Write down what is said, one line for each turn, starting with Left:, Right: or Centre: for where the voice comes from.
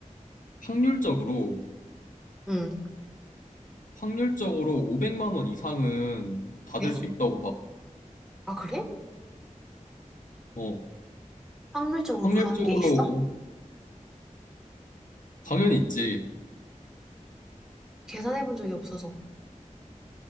Left: 확률적으로
Centre: 응.
Left: 확률적으로 500만 원 이상은 받을
Centre: 왜?
Left: 수 있다고 봐.
Centre: 아, 그래?
Left: 어,
Centre: 확률적으로
Left: 확률적으로
Centre: 그런 게 있어?
Left: 오- 당연히 있지.
Centre: 계산해 본 적이 없어서.